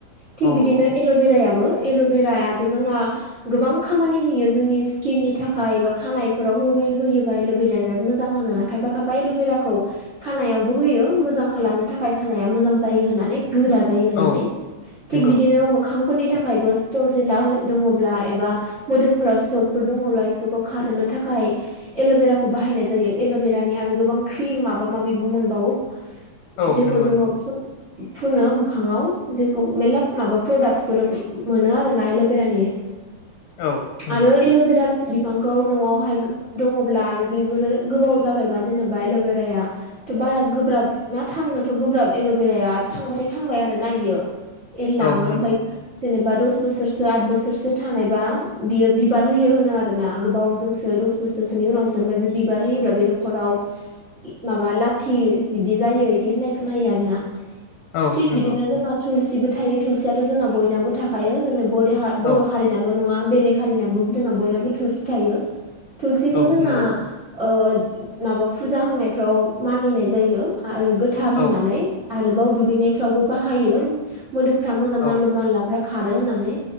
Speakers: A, on the right; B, on the left.
A: <inaudible> थिग
B: औ
A: बिदिनो
B: औ
A: एलबेरायाबो एलबेरायाथ जोंना गोबां खामानि होयो जोंनि स्किननि थाखाय एबा खानायफोराव होबै होयोबा एलभेराया बिराद मोजां होनानै खायफा खायफा एलभेराखौ खानायावबो होयो मोजां खालामनो थाखाय खानाया मोजां जायो होननानै गोरा जायो होननानै
B: औ
A: थिग
B: नंगौ
A: बिदिनो मोखांफोरनि थाखायबो सिथर जेला दङब्ला एबा मोदोमफोराव सिथर फोर दङब्ला इफोरखौ खारहोनो थाखाय एलबेराखौ बाहायनाय जायो एलबेरानि आरो गोबां क्रिम माबा माबिबो मोनबावो
B: औ
A: जेखौ
B: नंगौ
A: जोङो
B: नंगौ
A: फु फुनो मोखाङाव जेखौ मेल्ला माबा प्रडाक्सफोर मोनो आरोना एलबेरानि
B: औ नंगौ
A: आरो एलबेरा बिफांखौ न'आवहाय दङब्ला आरो बेफोर गोबाव जाबायबा जेनेबा एलभेराया थ बारा गोब्राब ना थांनोथ गोब्राब एलभेराया थांबाथाय थांबाय आरो ना इयो एरलाङो
B: औ नंगौ
A: ओमफ्राय जेनेबा दस बोसोरसो आद बोसोरसो थानायबा बियो बिबार बिबार होयो होनो आरोना गोबाव जोंसो दस बोसोरसोनि उनावसो ओफ्राय बे बिबार होयोब्ला बे न'खराव माबा लाखि बिदि जायो बिदि होननाय खोनायो आरोना
B: औ
A: थिग
B: नंगौ
A: बिदिनो जोंना थुलसिबो थायो थुलसियाथ जोंना बयनाबो थाखायो जोंनि बदि हा बर'
B: औ
A: हारिनावल नङा बेलेग हारिनाबो जोंना बयनाबो थुलसि थायो थुलसिखौ
B: औ
A: जोंना
B: नंगौ
A: ओ माबा फुजा होननायफ्राव मानिनाय जायो आरो गोथार
B: औ
A: होननानै आरोबाव दुगैनायफ्रावबो बाहायो मोदोमफ्रा मोजां
B: औ
A: मानलु मानलाफ्रा खारो होननानै